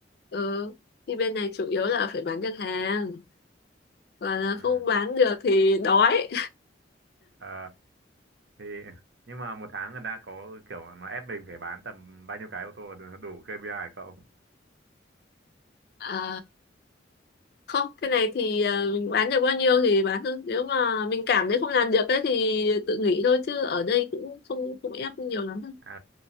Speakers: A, on the left; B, on the right.
A: ờ thì bên này chủ yếu là phải bán được hàng và là
B: ừ
A: không bán được thì đói
B: ờ thì nhưng mà một tháng người ta có kiểu nó ép mình phải bán tầm bao nhiêu cái ô tô để nó đủ KPI hả cậu
A: Ờ, không cái này thì ờ, mình bán được bao nhiêu thì bán thôi nếu mà mình cảm thấy không làm được ấy thì tự nghỉ thôi chứ ở đây cũng không không ép nhiều lắm đâu
B: ờ